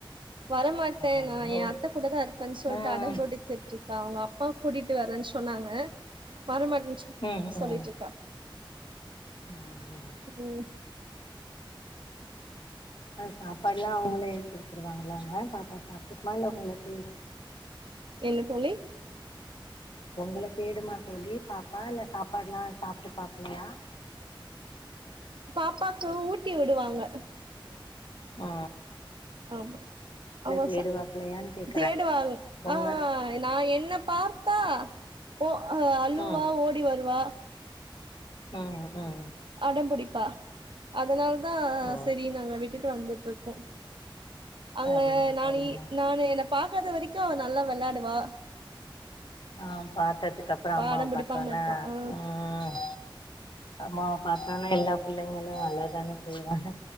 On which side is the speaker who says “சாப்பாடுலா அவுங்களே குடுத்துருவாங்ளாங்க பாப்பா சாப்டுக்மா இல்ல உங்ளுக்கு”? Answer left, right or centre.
Left